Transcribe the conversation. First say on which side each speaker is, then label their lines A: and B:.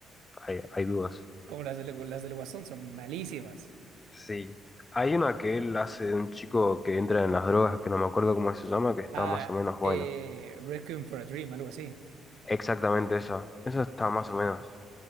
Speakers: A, on the left; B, on the right.
A: hay, hay dudas.
B: como las del, las del Guasón son malísimas.
A: Sí. Hay una que él hace de un chico que entra en las drogas, que no me acuerdo cómo se llama, que está
B: Ah,
A: más o menos buena.
B: eh, Requiem for a Dream, algo así.
A: Exactamente esa. Esa está más o menos.